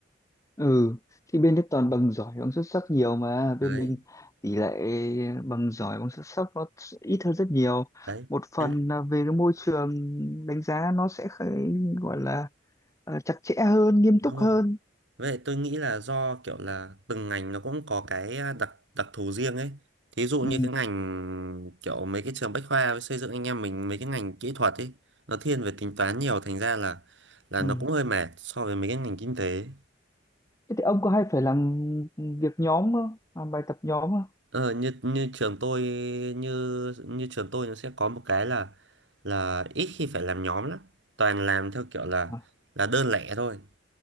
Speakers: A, on the left; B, on the right.
A: ừ thì bên đấy toàn bằng giỏi bằng xuất sắc nhiều mà bên
B: đấy
A: mình tỷ lệ bằng giỏi bằng xuất sắc nó sẽ ít hơn rất nhiều
B: đấy
A: một phần
B: Thế là-
A: là về cái môi trường đánh giá nó sẽ khá- gọi là ờ, chặt chẽ hơn nghiêm
B: đúng
A: túc
B: rồi
A: hơn
B: Vậy tôi nghĩ là do kiểu là từng ngành nó cũng có cái à, đặc đặc thù riêng ấy. Thí dụ như
A: ừ,
B: cái ngành kiểu mấy cái trường bách khoa với xây dựng anh em mình mấy cái ngành kỹ thuật ấy nó thiên về tính toán nhiều thành ra là là
A: ừ.
B: nó cũng hơi mệt so với mấy cái ngành kinh tế.
A: Thế thì ông có hay phải làm việc nhóm không làm bài tập nhóm không
B: Ờ, như như trường tôi như như trường tôi nó sẽ có một cái là là ít khi phải làm nhóm lắm. Toàn làm theo kiểu là
A: à
B: là đơn lẻ thôi.